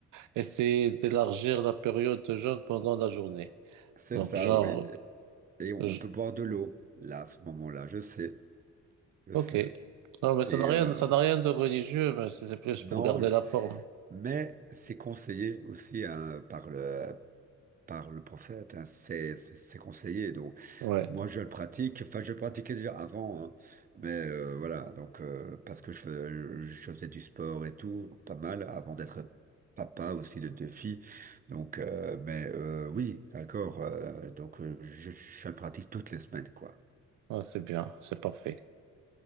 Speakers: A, on the right; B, on the right.
A: essayer d'élargir la période de jeûne pendant la journée.
B: c'est
A: Donc,
B: ça,
A: genre,
B: oui. Et on
A: je-
B: on peut boire de l'eau, là, à ce moment-là, je sais, je
A: ok.
B: sais.
A: Non, mais ça
B: Et
A: n'a rien,
B: euh,
A: ça n'a rien de religieux, mais c'est c'est plus
B: non,
A: pour garder
B: je-
A: la forme.
B: mais c'est conseillé aussi hein, par le, par le prophète, hein, c'est c'est- c'est conseillé. Donc,
A: Ouais,
B: moi, je le pratique. Enfin, je le pratiquais déjà avant, hein, mais euh, voilà. Donc, euh, parce que je, fais- je faisais du sport et tout, pas mal, avant d'être papa aussi de deux filles. Donc, euh, mais euh, oui, d'accord. euh, donc, euh, je, je le pratique toutes les semaines, quoi.
A: Ouais, c'est bien, c'est parfait.